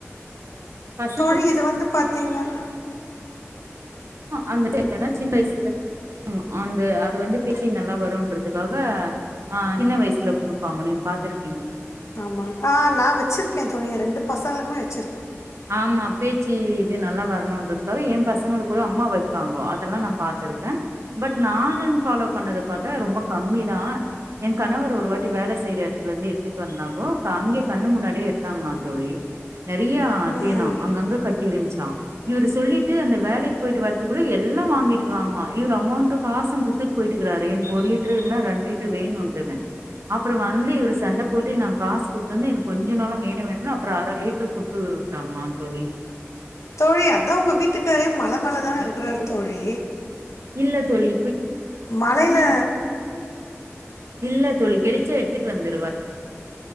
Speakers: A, on the right; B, on the left.
A: பசங்களுக்கு
B: தொழில் இது வந்து பத்தீங்கன்னா
A: அந்தன்னா சின்ன வயசுல அந்த அது வந்து பேசி நல்லா வரும்ன்றதுக்காக ஆஹ் சின்ன வயசுல குடுப்பாங்க நீ பாத்துருக்க
B: ஆமா ஆஹ் நான் வச்சிருக்கேன் துனிய ரெண்டு பசங்களுக்குமே வன்
A: ஆமா பேச்சு இது நல்லா வரணும்ன்றதுக்கு என் பசங்களுக்கு கூட அம்மா வைப்பாங்கோ அதெல்லாம் நான் பாத்திருக்கேன் பட் நானு ஃபாலோ பண்ணது பார்த்தா ரொம்ப கம்மிதான் என் கணவர் ஒரு வாட்டி வேலை செய்யற இடத்துல இருந்து எடுத்துட்டு வந்தாங்கோ அங்கே கண்ணு முன்னாடியே எடுத்தாங்களாம் தோழி நிறைய
B: ம்
A: தேணாம் அங்கங்கே கட்டியிருந்து்சான் இவர் சொல்லிட்டு அந்த வேலைக்கு போயிட்டு வரதுக்குள்ளே எல்லாம் வாங்கிட்டுக்கிறாங்களா இவவர் அமௌண்ட்ட காசும் கொடுத்துட்டு போயிட்டு இருக்கறாரு எனக்கு ஒரு லிட்டரு இல்லைா ரெண்டு லிட்டரு வேணும்ன்தேன் அப்புறம் வந்து இவர் சண்டை போட்டு நான் காசு கொடுத்துந்து எனக்கு கொஞ்ச நாளம் வேண வேணும்னனு அப்புறம் அரை லிட்ரு கொடுத்து <unintelligible> தாங்கமான் தழ
B: தோழி அதான் உங்க வீட்டுக்காரே மழ மலைை தானே இருக்கிறரு தோழி
A: இல்ல தொலி
B: மழையில
A: இல்ல தொளி கெடிச்சா எடுத்துட்டு வந்துடுவார்